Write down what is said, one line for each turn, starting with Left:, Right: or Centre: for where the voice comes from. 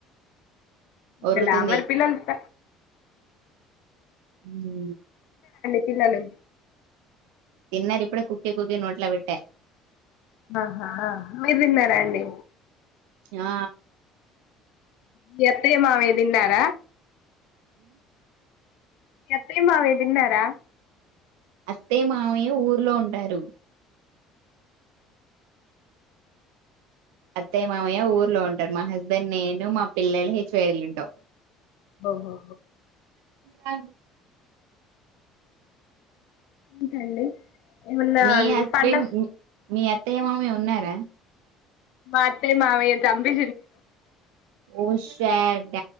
Right: ఒర్రుతుంది
Left: మల్లా అవరి పిల్లలు <inaudible>
Right: మ్ హు
Left: ఏందండి
Right: తిన్నారిప్పుడే కుక్కి కుక్కి నోట్లా పెట్టా
Left: ఆహా మీరు తిన్నారా అండి
Right: ఆ
Left: మీ అత్తయ్య మామయ్య తిన్నార మీ అత్తయ్య మామయ్య తిన్నారా
Right: అత్తయ్య మామయ్య ఊర్లో ఉంటారు అత్తయ్య మామయ్య ఊర్లో ఉంటారు మా హస్బెండ్ నేను మా పిల్లలు హెచ్వేడలుంటాం
Left: ఓహో
Right: అ
Left: ఇంకా అండి ఏమన్నా
Right: మీ హస్బెండ్
Left: పంట
Right: మీ అత్తయ మామయ్య ఉన్నార
Left: మా అత్తయ్య మావయ్య తంబీ
Right: ఓ ష ట్